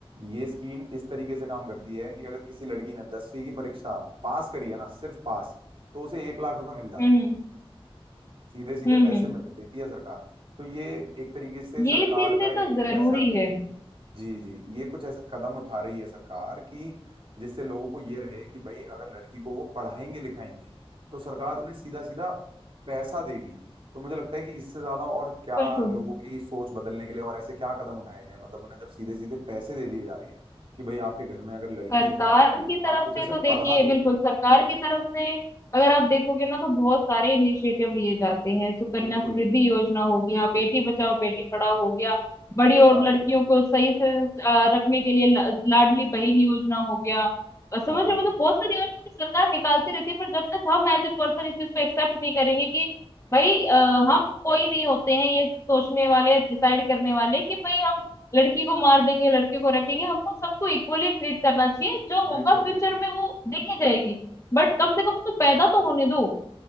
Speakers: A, on the right (about 60°); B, on the left (about 30°).
A: ये स्कीम इस तरीके से काम करती है कि अगर किसी लड़की ने दसवीं की परीक्षा पास करी है ना सिर्फ पास तो उसे एक लाख रुपए मिल जाते
B: हम्म
A: हैं
B: हम्म
A: सीधे सीधे
B: हम्म
A: पैसे
B: हम्म, हम्म।
A: मिल- देती है सरकार तो ये एक तरीके से सरकार
B: ये चीजें
A: का
B: तो
A: एक
B: जरूरी
A: ऐसा
B: है
A: जी जी ये कुछ ऐसे कदम उठा रही है सरकार कि जिससे लोगों को ये रहे कि भाई अगर लड़की को वो पढ़ाएंगे लिखाएंगे तो सरकार उन्हें सीधा सीधा पैसा देगी तो मुझे लगता है कि इससे ज्यादा और क्या
B: बिल्कुल
A: लोगों की सोच बदलने के लिए और ऐसे क्या कदम उठाए जाएं मतलब उन्हें जब सीधे सीधे पैसे दे दिए जा रहे हैं कि भाई आपके घर में अगर लड़की
B: सरकार
A: है
B: की तरफ
A: आप उसे
B: से
A: सिर्फ
B: तो देखिए
A: पढ़ा दो
B: बिल्कुल सरकार की तरफ से अगर आप देखोगे ना तो बहुत सारे इनिशिएटिव लिए जाते हैं सुकन्या
A: बिल्कुल
B: समृद्धि योजना हो गया बेटी बचाओ बेटी पढ़ाओ हो गया बड़ी और
A: हाँ
B: लड़कियों को सही से अ, रखने के लिए ला- लाडली बहन योजना हो गया अ, समझ
A: हाँ
B: रहे हो? मतलब बहुत सारी योजना सरकार निकालती रहती है पर जब तक हम एज ए पर्सन इस चीज को एक्सेप्ट नहीं करेंगे कि भाई अ, हम कोई नहीं होते हैं ये सोचने वाले डिसाइड करने वाले कि भाई हम लड़की को मार देंगे लड़के को रखेंगे हमको सबको इक्वली ट्रीट करना चाहिए जो
A: बिल्कुल
B: होगा फ्यूचर
A: बिल्कुल
B: में
A: बिल्कुल
B: वो देखी जाएगी बट कम से कम उसको पैदा तो होने दो